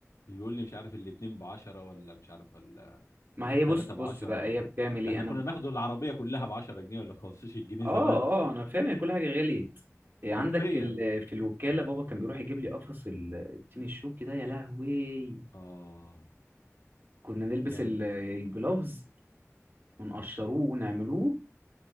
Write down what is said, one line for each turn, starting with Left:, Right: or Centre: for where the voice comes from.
Left: بيقول لي مش عارف الاتنين بعشرة ولا مش عارف ال-
Right: ما هي
Left: التلاتة
Right: بص
Left: بعشرة
Right: بص بقى هي بتعمل
Left: ده
Right: ايه
Left: احنا
Right: انا
Left: كنا ناخده العربية كلها بعشرة جنيه ولا بخمستاشر جنيه
Right: اه
Left: زمان
Right: اه انا فاهم هي كل حاجه غليت إيه عندك
Left: حرفيا
Right: ال... في الوكاله بابا كان بيروح يجيب لي قفص ال- التين الشوكي ده يا لهوي
Left: اه
Right: كنا نلبس
Left: جامد
Right: ال- الجلوفز ونقشروه ونعملوه